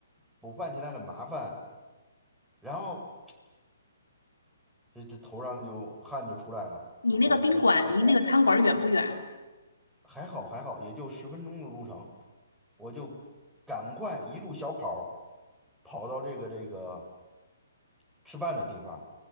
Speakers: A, in the centre; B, on the left.
A: 补办起来很麻烦，然后这这头上就汗就出来了，
B: 你那个宾馆离那个餐馆远不远？
A: 然后我就赶快，还好还好，也就十分钟的路程，我就赶快一路小跑儿跑到这个这个吃饭的地方，